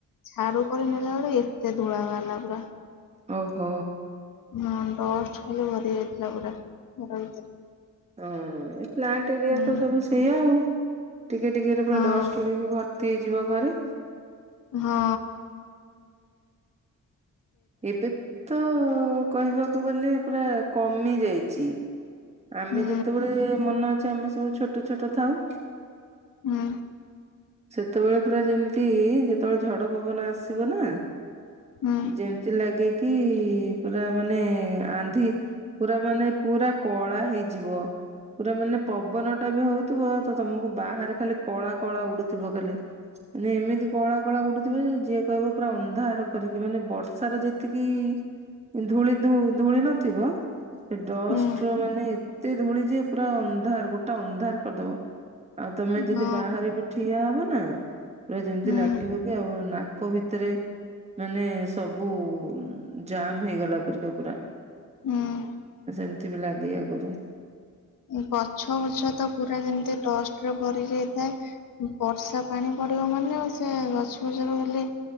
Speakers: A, on the left; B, on the right.
A: ଝାଡୁ କରି ନେଲାବେଳୁ ଏତେ ଧୁଳା ବାହାରିଲା ପୁରା।
B: ଓହୋ।
A: ହଁ ଡଷ୍ଟ ଖାଲି ଭରି ଯାଇଥିଲା ପୁରା ଘର ଭିତରେ।
B: ହଁ ଏ ପ୍ଲାଣ୍ଟ ଏରିଆରେ
A: ହୁଁ
B: ତ ସବୁ ସେଇଆ ଆଉ। ଟିକେ ଟିକେରେ ପୁରା
A: ହଁ
B: ଡଷ୍ଟ ଉଡ଼ିକି ଭର୍ତ୍ତି ହେଇଯିବ ଘରେ।
A: ହଁ।
B: ଏବେ ତ ହ କହିବାକୁ ଗଲେ ପୁରା କମି ଯାଇଛି। ଆମେ
A: ହୁଁ
B: ଯେତେବେଳେ ମନେ ଅଛି ଆମେ ସବୁ ଛୋଟ୍ ଛୋଟ ଛୋଟ ଥାଉ
A: ହଁ।
B: ସେତେବେଳେ ପୁରା ଯେମିତି ଇ ଯେତେବେଳେ ଝଡ୍ ଡ ପବନ ଆସିବ ନା
A: ହୁଁ
B: ଯେମ୍ ଲାଗେ କି ପୁରା ମାନେ ଏ ଆନ୍ଧି ପୁରା ମାନେ ପୁରା କଳା ହେଇଯିବ। ପୁରା ମାନେ ପବନ ଟା ବି ହଉଥିବ ତ ତମକୁ ବାହାରେ ଖାଲି କଳା କଳା ଉଡୁ ଥିବ ଖାଲି। ମାନେ ଏମିତି କଳା କଳା ଉଡୁଥିବ ଯେ ଝିଅ କହିବ ପୁରା ଅନ୍ଧାର କରିକି ମାନ ବର୍ଷ ର୍ଷାର ଯେତିକି ଇ ଧୂଳି ଧୁ ଧୁଳି ନଥିବ, ସେ ଡଷ୍ଟର
A: ହୁଁ
B: ମାନେ ଏତେ ଧୂଳି ଯେ ପୁରା ଅନ୍ଧାର୍ ଗୋଟା ଅନ୍ ଧାର୍ କରିଦବ। ଆଉ ତମେ ଯଦି
A: ହଁ
B: ବାହାରେ ବି ଠିଆ ହବ ନା ଆ ପୁରା ଯେମିତି
A: ହୁଁ
B: ଲାଗିବ କି ଆଉ ନାକ ଭିତରେ ମାନେ ସବୁ ଉ ଯାମ୍ ହେଇଗଲା ପରିକା ପୁରା
A: ହୁଁ
B: ସେମ୍ ତି ବି ଲାଗେ ଆଗରୁ
A: ଗଛ ବଛ ତ ପୁରା ଯେମିତି ଡଷ୍ଟ ରେ ଭରି ଯାଇଥାଏ, ବର୍ଷା ପାଣି ପଡିବ ମାନେ ସେ ଗଛ ବଛରୁ ଖାଲି